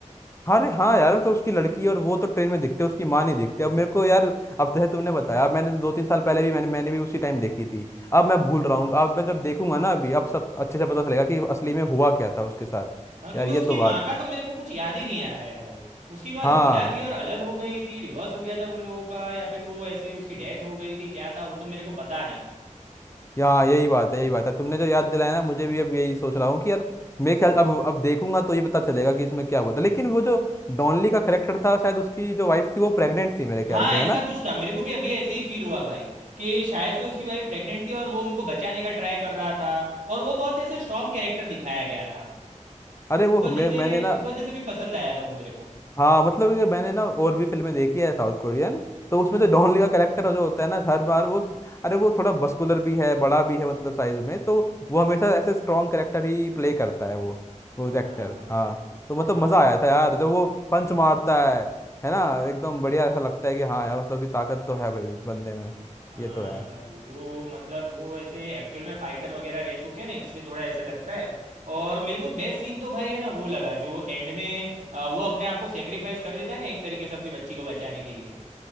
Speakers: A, on the left; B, on the right.
A: हाँ रे हाँ यार तो उसकी लड़की और वो तो ट्रेन में दिखते हैं उसकी माँ नहीं दिखती अब मेरे को यार अब जैसे तुमने बताया अब मैंने दो तीन साल पहले भी मैंने मैंने भी उसी टाइम देखी थी अब मैं भूल रहा हूँ अब मैं जब देखूंगा ना अभी अब सब अच्छे से पता चलेगा कि असली में हुआ क्या था उसके साथ
B: हाँ क्योंकि
A: यार ये
B: उसकी
A: तो
B: माँ
A: बात
B: का
A: है।
B: तो मेरे को कुछ याद ही नहीं आ रहा है भाई उसकी माँ
A: हाँ
B: जिंदा थी और अलग हो गई थी डिवोर्स हो गया था उन लोगों का या फिर वो ऐसे उसकी डेथ हो गई थी क्या था वो तो मेरे को पता नहीं
A: यहाँ यही बात है यही बात है तुमने जो याद दिलाया ना मुझे भी अब यही सोच रहा हूँ कि यार मैं ख्याल अब अब देखूंगा तो ये पता चलेगा कि इसमें क्या हुआ था लेकिन वो जो डॉनली का करेक्टर था शायद उसकी जो वाइफ थी वो प्रेग्नेंट थी मेरे ख्याल
B: हाँ
A: से
B: ऐसा
A: है ना
B: कुछ था मेरे को भी अभी ऐसे ही फील हुआ भाई कि शायद से उसकी वाइफ प्रेग्नेंट थी और वो उनको बचाने का ट्राई कर रहा था और वो बहुत ऐसे स्ट्रांग कैरेक्टर दिखाया गया था
A: अरे
B: इस
A: वो
B: वजह
A: मैं
B: से
A: मैंने ना
B: इस वजह से भी पसंद आया था वो मेरे को
A: हाँ मतलब कि मैंने ना और भी फिल्में देखी है साउथ कोरियन तो उसमें
B: हाँ
A: जो डॉन ली का कैरेक्टर जो होता है ना हर बार वो अरे वो थोड़ा बस्कुलर भी है बड़ा भी है मतलब साइज में तो वो हमेशा ऐसे स्ट्रॉन्ग कैरेक्टर ही प्ले करता है वो वो एक्टर
B: हाँ
A: हाँ तो मतलब
B: हाँ
A: मजा आया
B: भाई
A: था यार जब वो पंच मारता है है ना एकदम बढ़िया ऐसा लगता है कि हाँ यार मतलब कि ताकत तो है भाई बंदे में
B: हाँ
A: ये तो है
B: भाई वो मतलब वो ऐसे एक्चुअल में फाइटर वगैरह रह चुके हैं ना इसलिए थोड़ा ऐसे लगता है और मेरे को बेस्ट सीन तो भाई है ना वो लगा जो एंड में आ, वो अपने आप को सेक्रीफाइस कर देता है ना एक तरीके से अपनी बच्ची को बचाने के लिए